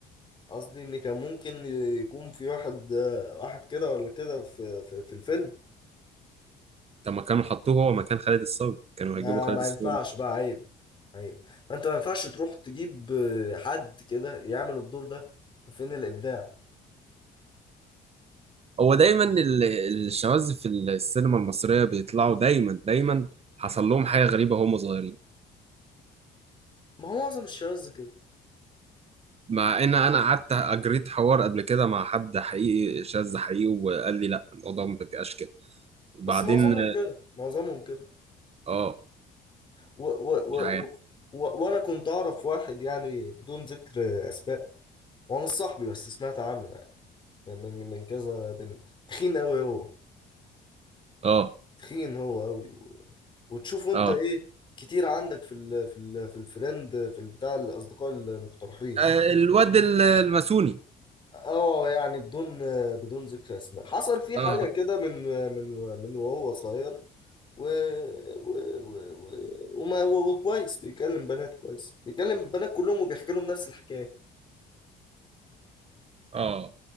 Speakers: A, on the left; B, on the right.
A: قصدي ان كان ممكن يكون في واحد آه، واحد كده ولا كده في في في الفيلم
B: طب ما كانوا حطوه هو مكان خالد الصاوي كانوا
A: ما
B: هيجيبوا خالد
A: ما
B: الصاوي
A: ينفعش بقى عيب عيب انت ما ينفعش تروح تجيب آه، حد كده يعمل الدور ده فين الابداع
B: هو دايما ال- الشواذ في السينما المصرية بيطلعوا دايما دايما حصل لهم حاجة غريبة وهم صغيرين
A: ما هو معظم الشواذ كده
B: مع ان انا قعدت اجريت حوار قبل كده مع حد حقيقي شاذ حقيقي وقال لي لا الموضوع ما بيبقاش كده بعدين
A: بس معظمهم كده معظمهم كده
B: اه
A: و و و
B: مش عارف
A: و و وانا كنت اعرف واحد يعني بدون ذكر اسماء هو مش صاحبي بس سمعت عنه يعني من من من كذا بنت تخين قوي هو
B: اه
A: تخين هو قوي و... وتشوفه انت
B: اه
A: ايه كتير عندك في ال في ال في الفريند في البتاع الاصدقاء المقترحين
B: آه، الواد الماسوني
A: اه يعني بدون بدون ذكر اسماء حصل فيه حاجه
B: اه
A: كده من من من وهو صغير و... و... و... و... وما وكويس بيكلم بنات كويس بيكلم بنات كلهم وبيحكي لهم نفس الحكايه
B: اه